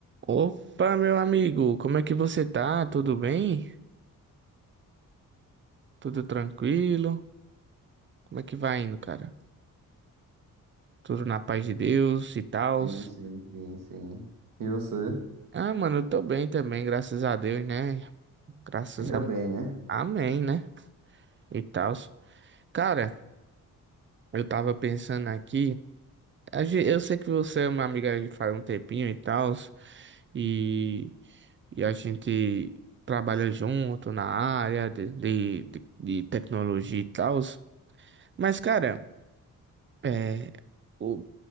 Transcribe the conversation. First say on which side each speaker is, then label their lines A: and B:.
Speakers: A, on the right; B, on the right.
A: Opa, meu amigo, como é que você tá? Tudo bem? Tudo tranquilo? Como é que vai indo, cara? Tudo na paz de Deus e tals?
B: Sim, sim, sim, sim. E você?
A: Ah, mano, eu tô bem também, graças a Deus, né? Graças
B: Ainda
A: a...
B: bem, né?
A: Amém, né? E tals. Cara, eu tava pensando aqui, a gen- eu sei que você é uma amiga aí faz um tempinho e tals, e... e a gente trabalha junto na área de, de, de de tecnologia e tals, mas, cara... É, o,